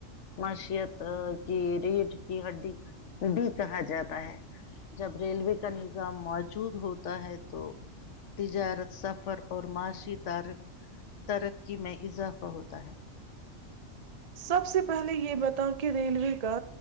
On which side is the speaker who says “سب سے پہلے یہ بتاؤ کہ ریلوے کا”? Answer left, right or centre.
Right